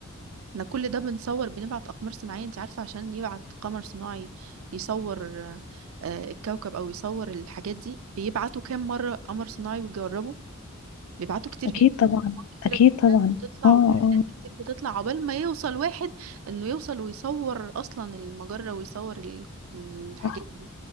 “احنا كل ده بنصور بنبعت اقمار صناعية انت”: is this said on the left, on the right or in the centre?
Right